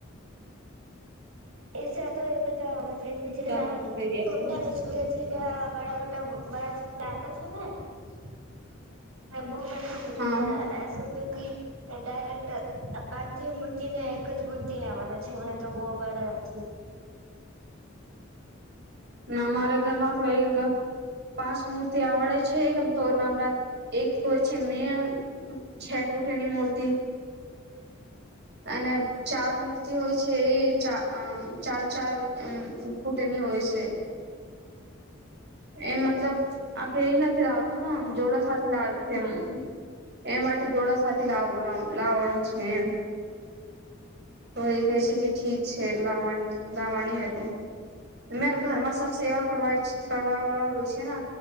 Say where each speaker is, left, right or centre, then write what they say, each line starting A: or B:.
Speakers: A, on the right; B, on the right.
A: <unintelligible> પિછલી સ
B: જવા આપું
A: છોટા
B: દઈ દે ખરું.
A: ને છડ છે બ બ <unintelligible> હ બોલ. પછી ચલી
B: હા
A: જાય એ જો ક ડાયરેક્ટ પાંચ છે મૂર્તિને એક જ મૂર્તિ લાવવાના છે મને તો હોબાળ નથી.
B: અમારે ઘરમાં તો એક પાંચ મૂર્તિ આવડે છે તો નવરાત્ર એક હોય છે મેણ છ ફૂટ એની મૂર્તિ અને ચાર મૂર્તિ હોય છે એ ચ ચાર ચાર ફૂટેની હોય છે. એ મતલબ આખે એ નથી લાવતુંને જોડા સાથે લાવતી એમ એ માટે જોડા સાથે લાવ લાવવાનું છે. એમ તો એ કહે છે કે ઠીક છે લાવવાની લાવવાની હ તોરે ઘરમાં સ સેવા કરવાય છે કરવા વાળા હોય છે ને